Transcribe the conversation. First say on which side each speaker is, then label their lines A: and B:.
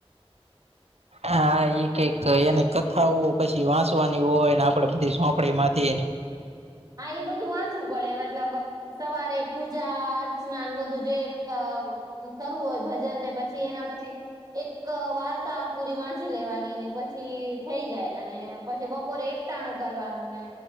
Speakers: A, on the right; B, on the right.
A: હા એકઈક એની કથાઓ પછી વાંસવાની હોય ને આપડે બધી સોંપડી માંથી
B: હા એ બધું વાંચવું પડે મતલબ સવારે પૂજા અર્ચના બધું જે ક કરવું હોય ભજન જન ને પછી એના પછી એક ક એક વાર્તા પૂરી વાંચી લેવાની પછી થઈ જાય અને પછી બપોરે એક ટાણું કરવાનું ને